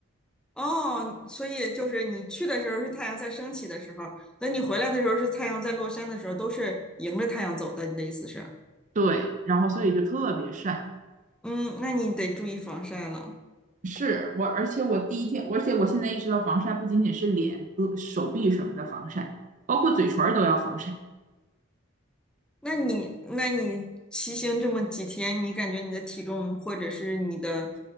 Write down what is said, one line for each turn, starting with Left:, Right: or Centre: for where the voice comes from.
Centre: 哦，所以就是你去的时候是太阳在升起的时候，等你回来的时候是太阳在落山的时候，都是迎着太阳走的。你的意思是？
Right: 对，然后所以就特别晒。
Centre: 嗯，那你得注意防晒了。
Right: 是我，而且我第一天，而且我现在意识到防晒不仅仅是脸、胳手臂什么的防晒，包括嘴唇儿都要防晒。
Centre: 那你那你骑行这么几天，你感觉你的体重或者是你的